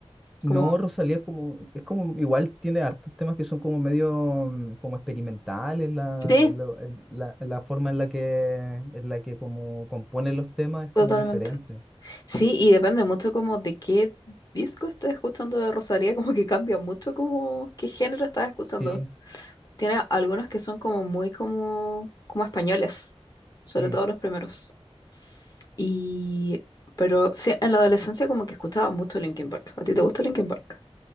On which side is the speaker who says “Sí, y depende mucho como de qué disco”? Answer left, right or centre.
Left